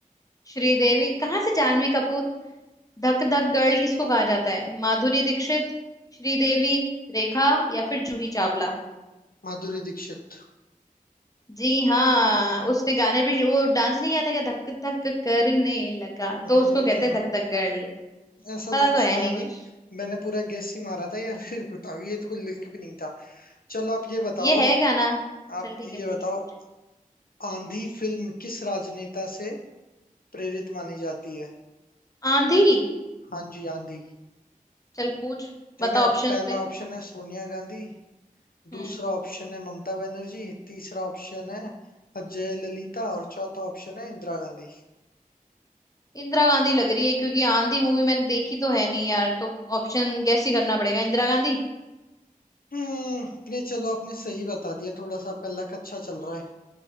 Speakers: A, on the left (about 25°); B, on the left (about 90°).
A: श्रीदेवी कहाँ से जानवी कपूर धक धक गर्ल किसको कहा जाता है माधुरी दीक्षित श्रीदेवी रेखा या फिर जूही चावला
B: माधुरी दीक्षित
A: जी हाँ उसने गाने भी वो डांस नहीं किया था क्या धक धक करने लगा
B: हम्म
A: तो उसको कहते हैं धक धक गर्ल
B: ऐसा
A: पता
B: तो कुछ
A: तो है
B: था
A: नहीं
B: नहीं
A: कुछ
B: मैंने पूरा गैस ही मारा था यार फिर बताओ ये तो कोई लिंक भी नहीं था चलो आप ये बताओ
A: ये है गाना
B: आप
A: चल ठीक
B: ये
A: है पूछ
B: बताओ
A: पूछ
B: आंधी फिल्म किस राजनेता से प्रेरित मानी जाती है
A: आंधी
B: हाँ जी आंधी
A: चल पूछ
B: ठीक
A: बता
B: है
A: ऑप्शंस
B: पहला
A: दे
B: ऑप्शन है सोनिया गांधी
A: हम्म
B: दूसरा ऑप्शन है ममता बनर्जी तीसरा ऑप्शन है अजय ललिता और चौथा ऑप्शन है इंदिरा गांधी
A: इंदिरा गांधी लग रही है क्योंकि आंधी मूवी मैंने देखी तो है नहीं यार तो ऑप्शन गैस ही करना पड़ेगा इंदिरा गांधी
B: हम्म नहीं चलो आपने सही बता दिया थोड़ा सा आपका लक अच्छा चल रहा है